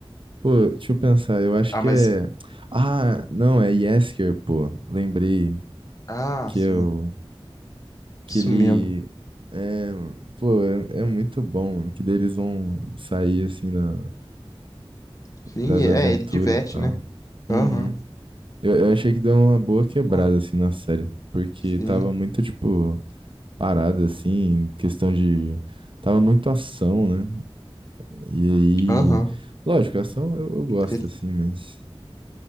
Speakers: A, on the right; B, on the left.
A: Pô, deixa eu pensar, eu acho
B: Ah,
A: que
B: mas,
A: é. Ah, não, é Yesker, pô. Lembrei
B: ah,
A: que
B: sim,
A: eu. Que
B: isso
A: ele.
B: mesmo.
A: É, pô, é, é muito bom, mano. Que daí eles vão sair assim na,
B: Sim,
A: pras
B: é,
A: aventuras
B: ele diverte,
A: e tal.
B: né?
A: Uhum.
B: Aham,
A: Eu, eu achei que deu uma boa quebrada
B: pô,
A: assim na série. Porque
B: sim,
A: tava muito, tipo, parada assim, questão de. Tava muito ação, né? E aí,
B: aham,
A: lógico, ação eu, eu gosto,
B: ele,
A: assim, mas